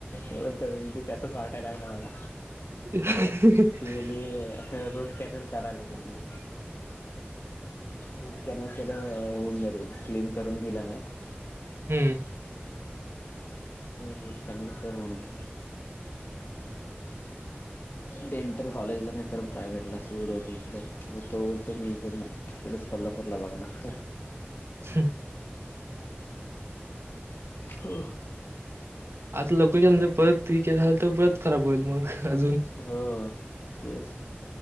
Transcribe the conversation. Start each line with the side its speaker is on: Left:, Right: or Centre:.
Left: फक्त वेल्डिंग त्याच वाटायला लागलं. मला
Right: <unintelligible>
Left: ती बोलली रूट कॅनल करायला लागेल. रूट कॅनल केल्यावर होऊन जाईन क्लीन करून दिला नाहीत.
Right: हम्म.
Left: रूट कॅनल कर म्हणून डेंटल कॉलेजला नाहीतर प्रायव्हेट ला सोय होती इकडे तो म्हणतो इकडे नाही तिकडेच कोल्हापूरला बघणार.
Right: ह्
Left: हो
Right: आता लवकर गेला नाही तर ठीक आहे परत खराब होईल मग अजून
Left: हो तेच